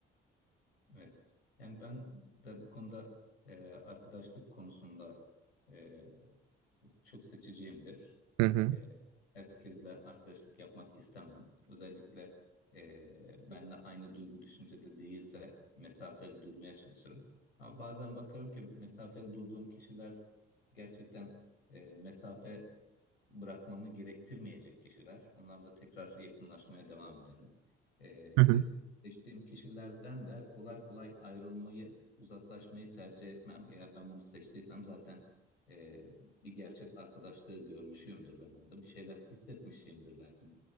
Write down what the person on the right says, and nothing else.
Hı hı.
Hı hı.